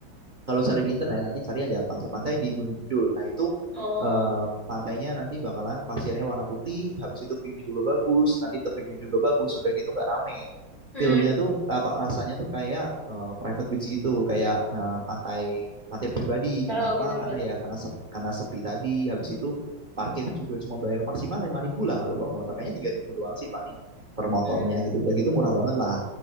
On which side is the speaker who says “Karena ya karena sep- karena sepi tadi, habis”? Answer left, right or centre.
Right